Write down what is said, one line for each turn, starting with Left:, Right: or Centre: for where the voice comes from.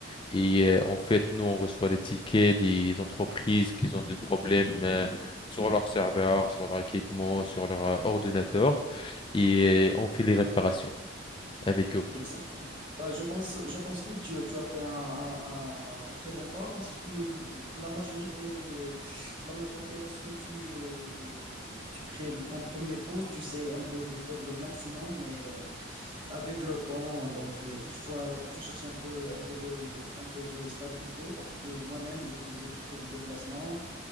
Left: Et euh, en fait, nous, on reçoit les tickets des entreprises qui ont des problèmes euh, sur leur serveur, sur leur équipement, sur leur euh, ordinateur. Et euh, on fait les réparations avec eux.
Right: Exactement. Bah, je pense, je pense oui, tu, as- tu as fait un, un, un- un très bon pas parce que la majorité, euh, la majorité lorsque tu, euh, tu crées le- ton premier poste, tu sais un peu de faire le maximum, mais euh, avec le temps, donc euh, il faut, euh, il faut chercher un peu, un peu de, un peu de stabilité parce que moi-même, je faisais beaucoup de déplacements,